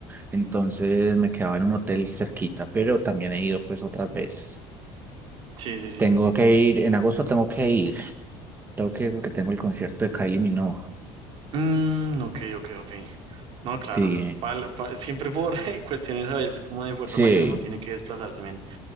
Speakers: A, on the right; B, on the right.
A: entonces me quedaba en un hotel cerquita, pero también he ido pues otras veces.
B: Sí, sí, sí.
A: Tengo que ir, en agosto tengo que ir. Tengo que ir porque tengo el concierto de Kylie Minogue.
B: Mm, ok, ok, ok. No, claro.
A: Sí,
B: Pal- pa- siempre por <laughs> cuestiones a veces como de fuerza
A: sí.
B: mayor uno tiene que desplazarse, men.